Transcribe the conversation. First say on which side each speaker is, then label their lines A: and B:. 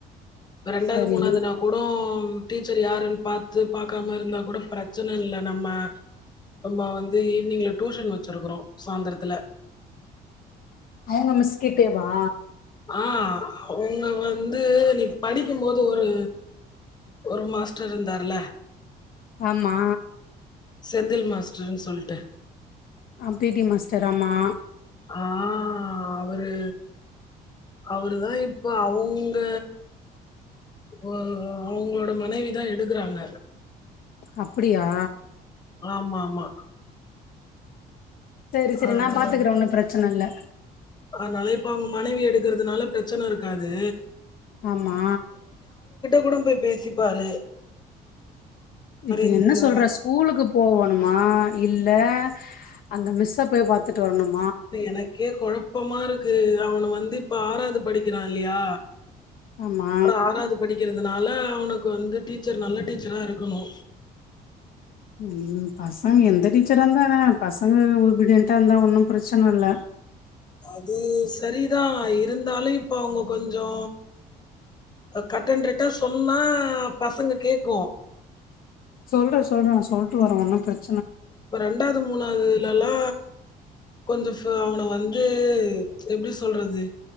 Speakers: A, on the left (about 25°); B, on the left (about 60°).
A: இப்ப ரெண்டாவது
B: சரி
A: மூணாவதுனா கூட டீச்சர் யாருன்னு பாத்து பாக்காம இருந்தா கூட பிரச்சன இல்ல நம்ம நம்ம வந்து ஈவினிங்ல டியூஷன் வச்சிருக்குறோ சாயந்திரத்துல
B: அவங்க மிஸ்கிட்டேவா
A: ஆ அவங்க வந்து நீ படிக்கும்போது ஒரு ஒரு மாஸ்டர் இருந்தார்ல
B: ஆம்மா
A: செந்தில் மாஸ்டர்ன்னு சொல்ட்டு
B: அ பி டி மாஸ்டர் ஆமா
A: ஆ அவரு அவரு தா இப்ப அவங்க ஓ ஓ அவங்களோட மனைவி தா எடுக்றாங்க
B: அப்டியா
A: ஆமா ஆமா
B: செரி செரி
A: அதனால
B: நா பாத்துக்கறே ஒன்னு பிரச்சனை இல்ல
A: அனால இப்ப அவங்க மனைவி எடுக்கறதுனால பிரச்சனை இருக்காது
B: ஆமா
A: கூடம் போய் பேசிப்பாரு
B: இப்ப
A: இந்த
B: என்ன சொல்ற ஸ்கூலுக்கு போவணுமா இல்ல அந்த மிஸ்ஸ போய் பாத்துட்டு வரணும்
A: எனக்கே கொழப்பமா இருக் க்கு அவனை வந்து இப்ப ஆறாவது படிக்கிறா இல்லையா
B: ஆமா
A: அப்ற ஆறாவது படிக்கிற அதனால அவனுக்கு வந்து டீச்சர் நல்ல டீச்சராக இருக்கணு
B: உஹம் பசங்க எந்த டீச்சராந்தானெனா பசங்க உருபடி க இருந்தா ஒன்னு பிரச்சனை இல்
A: அது சரிதா இருந்தாலு இப்ப அவங்க கொஞ்சோ கட் அண்ரைட்டா சொன்னா பசங்க கேக்கு
B: சொல்றே சொல்றே சொல்லிட்டு வரே ஒன்னு பிரச்ச
A: இப்ப ரெண்டாவது மூணாவதுலல்லா கொஞ்சோ அவனை வந்து எப்டி சொல்றது